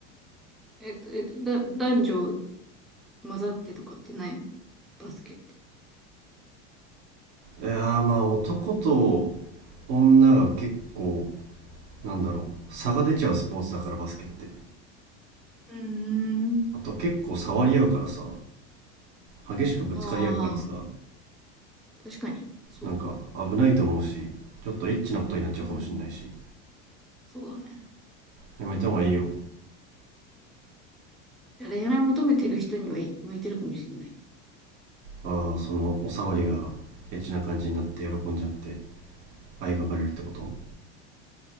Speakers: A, in the centre; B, on the right.
A: えっと、えっと、だ、男女混ざってとかってないのバスケって。
B: いやーまあ男と女が結構、なんだろう、差が出ちゃうスポーツだからバスケって。
A: うーん。
B: あと結構触り合うからさ、激しくぶつかり合うからさ、
A: ああ。確かに。そうだね。
B: なんか危ないと思うし、ちょっとエッチなことになっちゃうかもしれないし、
A: うん。そうだね。
B: やめた方がいいよ。
A: じゃあ恋愛求めてる人にはい向いてるかもしれない。
B: ああ、そのお触りがエッチな感じになって喜んじゃって愛が生まれるってこと